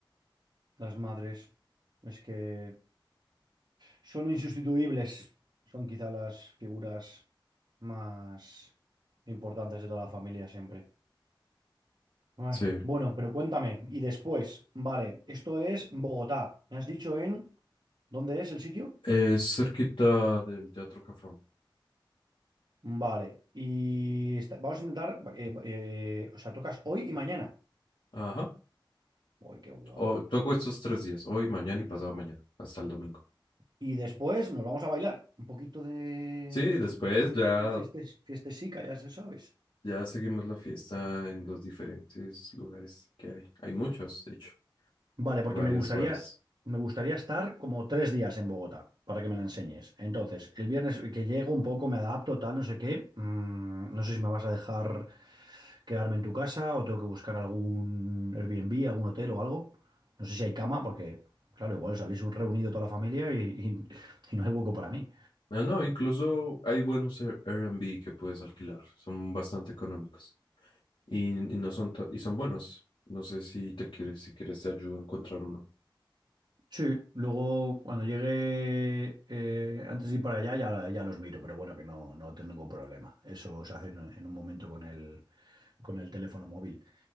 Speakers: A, on the right; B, on the left.
A: las madres. Es que son insustituibles. Son quizá las figuras más importantes de toda la familia siempre. Ay,
B: Sí,
A: bueno, pero cuéntame. Y después, vale, esto es Bogotá. ¿Me has dicho en dónde es el sitio?
B: es cerquita del Teatro Cafam.
A: Vale. Y está- vamos a intentar, eh, eh, o sea, tocas hoy y mañana.
B: Ajá.
A: Uy, qué guapo.
B: O, toco estos tres días, hoy, mañana y pasado mañana, hasta el domingo.
A: Y después nos vamos a bailar. Un poquito de,
B: Sí, después
A: de,
B: ya
A: fiestes- fiestesica, ya se sabes.
B: Ya seguimos la fiesta en los diferentes lugares que hay. Hay muchos, de hecho.
A: Vale,
B: Hay
A: porque
B: varios
A: me gustaría,
B: bares.
A: me gustaría estar como tres días en Bogotá para que me la enseñes. Entonces, el viernes que llego un poco, me adapto, tal, no sé qué. Mm, no sé si me vas a dejar quedarme en tu casa o tengo que buscar algún Airbnb, algún hotel o algo. No sé si hay cama, porque, claro, igual os habéis reunido toda la familia y, y- y no hay hueco para mí.
B: No, no, incluso hay buenos Air- Airbnb que puedes alquilar. Son bastante económicos. Y, y no son ta- y son buenos. No sé si te quieres, si quieres te ayudo a encontrar uno.
A: Sí, luego cuando llegue eh, antes de ir para allá ya, ya los miro, pero bueno, que no, no tengo ningún problema. Eso se hace en, en un momento con el, con el teléfono móvil.